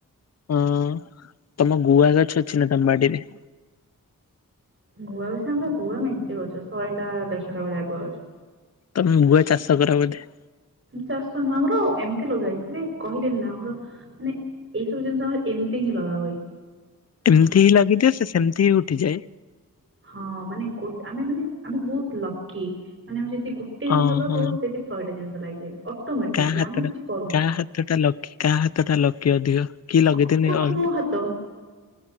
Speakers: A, on the left; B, on the right.
A: ହଁ ତମ ଗୁଆ ଗଛ ଅଛି ନା ତମ ବାଡିରେ।
B: ଗୁଆ ଗଛ ଆମର ଗୁଆ ମେଞ୍ଚେ ଗଛ ଶହେଟା ଦେଢଶହ ଟା ଭଳିଆ ଗୁଆ ଗଛ।
A: ତମ ଗୁଆ ଚାଷ କର ବୋଧେ।
B: ଚାଷ ନୁହଁ ଆମର ଏମିତି ଲଗା ହେଇ ହେତିରେ କହିଲେ ନା ଆମର। ମାନେ ଏଇସବୁ ଜିନିଷ ଆମର ଏମତି ହିଁ ଲଗାହୁଏ।
A: ଏମିତି ହିଁ ଲାଗିଦିଅ ସେମିତି ହିଁ ଉଠିଯାଏ।
B: ହଁ ମାନେ ଗୋ ଆମେ ମାନେ ଆମେ ବହୁତ ଲକି ମାନେ ଆମେ ଯଦି ଗୋଟେ ଜିନିଷ
A: ଓହୋ
B: ଲଗଉ ସେଟି। ଶହୋ ଟା ଜିନିଷ ଲାଗିଯାଏ ଅଟୋମେଟିକ
A: କାହା ହାତଟା
B: ଆମେ କିଛି କ
A: କାହା ହାତ ଟା ଲକି କାହା ହାତ ଟା ଲକି ଅଧିକ କି ଲଗେଇଥିନି
B: ଅଫକୋର୍ସ
A: ଅ
B: ମୋ ହାତ